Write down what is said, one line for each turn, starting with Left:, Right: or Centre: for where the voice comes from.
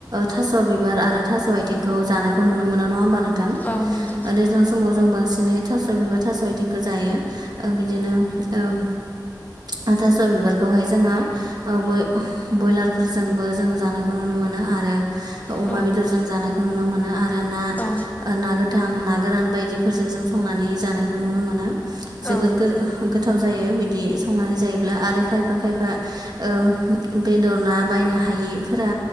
Right: थास' बिबार आरो थास' आइथिंखौ जानायखौ नुनो मोनो नङा होमबा नों थां ओ
Left: औ नंगौ
Right: दैज्लां समाव जों बांसिनै थास' बिबार थास' आइथिंखो जायो ओ बिदिनो ओ थास' बिबारखौहाय जोङो ओ बय बयलारफोरजोंबो जों जानायखौ नुनो मोनो आरो अमा
Left: औ
Right: बेदरजों जानाय आरो ना
Left: औ
Right: ओ ना गोथां, ना गोरान बायदिफोरजों जों संनानै जानायखौ नुनो मोनो। जोबोर
Left: औ
Right: गो गोथाव जायो। बिदि संनानै जायोब्ला आरो खायफा खायफा ओ बेदर ना बायनो हायो फोरा